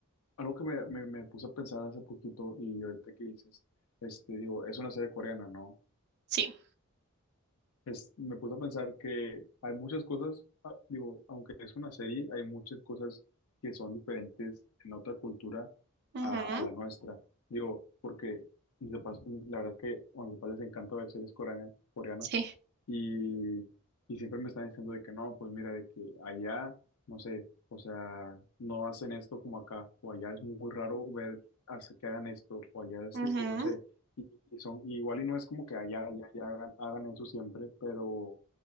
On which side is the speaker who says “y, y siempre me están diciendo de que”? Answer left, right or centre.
Left